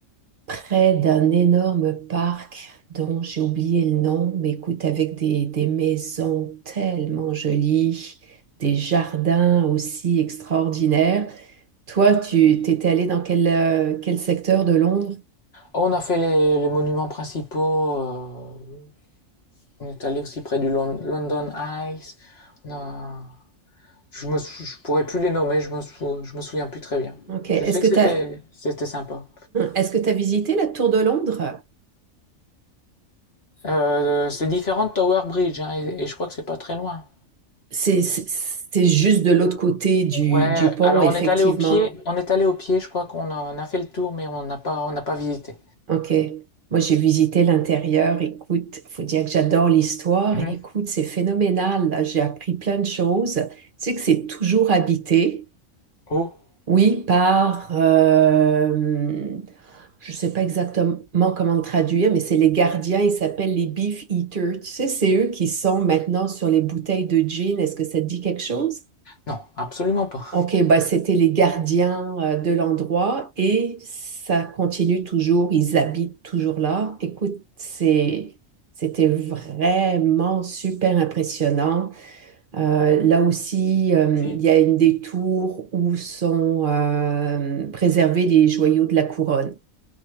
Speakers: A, on the right; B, on the left.
A: près d'un énorme parc dont j'ai oublié le nom, mais écoute, avec des, des maisons tellement jolies, des jardins aussi extraordinaires. Toi, tu t'étais allé dans quel, euh, quel secteur de Londres?
B: On a fait les, les monuments principaux. euh, on est allé aussi près du Lon- London Eye. On a- Je me sou- je pourrais plus les nommer, je me sou- je me souviens plus très bien.
A: Ok. Est-ce
B: Je sais
A: que
B: que c'était
A: tu as,
B: c'était sympa.
A: est-ce que tu as visité la Tour de Londres?
B: Euh, c'est différent de Tower Bridge hein, et, et je crois que c'est pas très loin.
A: C'est c'est- c'est juste de l'autre côté du,
B: Ouais,
A: du pont,
B: alors
A: effectivement.
B: on est allé au pied, on est allé au pied, je crois qu'on a, on a fait le tour mais on n'a pas on n'a pas visité.
A: Ok. Moi, j'ai visité l'intérieur. Écoute, faut dire que j'adore l'histoire.
B: Mhm.
A: Écoute, c'est phénoménal. Là, j'ai appris plein de choses. Tu sais que c'est toujours habité,
B: Oh,
A: oui, par, euh, je sais pas exactement comment le traduire, mais c'est les gardiens. Ils s'appellent les beef eaters. Tu sais, c'est eux qui sont maintenant sur les bouteilles de gin. Est-ce que ça te dit quelque chose?
B: non, absolument pas.
A: Ok, bah c'était les gardiens euh, de l'endroit et ça continue toujours, ils habitent toujours là. Écoute, c'est, c'était vraiment super impressionnant. Euh, là aussi, euh,
B: Si.
A: il y a une des tours où sont euh, préservés les joyaux de la couronne.